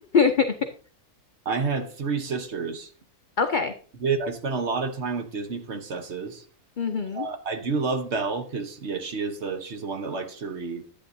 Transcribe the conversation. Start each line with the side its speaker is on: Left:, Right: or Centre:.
Left: <laughs>
Right: I had three sisters.
Left: Okay.
Right: Did- I spent a lot of time with Disney princesses.
Left: hmm
Right: I I do love Belle because yeah, she is the she's the one that likes to read.